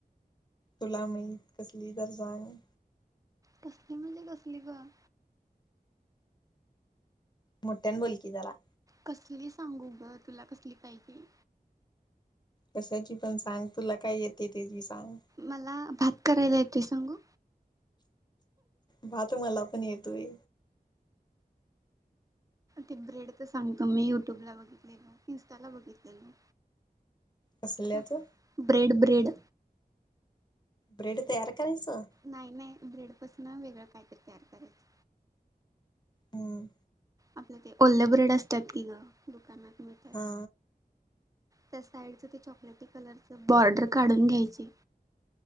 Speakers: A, on the left; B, on the right.
A: तुला माहित कसली गरज आहं?
B: कसली म्हणजे कसली गं?
A: मोठ्यान बोल की जरा?
B: कसली सांगू गं तुला कसली पाहिजे?
A: कशाची पण सांग तुला काय येतंय त्याची सांग.
B: मला भात करायला येतू सांगू.
A: भात मला पण येतोय.
B: ते ब्रेडच सांगतो मी, युट्यूब ला बघितलेलो, इन्स्टाला बघितलेलो.
A: कसल्याचं?
B: त्या ब्रेड ब्रेड
A: ब्रेड तयार करायचं?
B: नाय नाय ब्रेड पासनं वेगळं काय तरी तयार करायचं.
A: हम्म
B: आपलं ते वोल्ल ब्रेड असत्यात की गं दुकानात मिळता
A: हा.
B: त्याचं साईडची चॉकलेटी कलरचं बॉर्डर काढून घ्यायची.